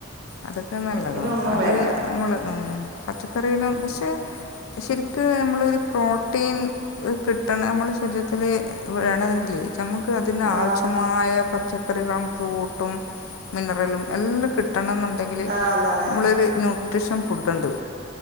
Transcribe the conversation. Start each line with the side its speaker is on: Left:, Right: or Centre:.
Left: അതൊക്കെ നല്ലതാണ്
Right: പിന്നെ ഒന്നും
Left: അത്
Right: വേണ്ട
Left: നമ്മള് പച്ചക്കറിയിലും പക്ഷെ ശെരിക്ക് നമ്മളൊരു പ്രോട്ടീൻ കിട്ടണം നമ്മുടെ ശരീരത്തിൽ വേണതെങ്കിൽേ നമുക്ക് അതി ആവശ്യമായ
Right: ആഹ്
Left: പച്ച ക്കറികളും ഫ്രൂട്ടും മിനറലും എല്ലാം കി കിട്ടണം എന്നുണ്ടെങ്കിൽ
Right: ആഹ് അതാണ്
Left: നമ്മളൊരു ന്യൂട്രീഷ്യൻ ഫുഡ്ണ്ട്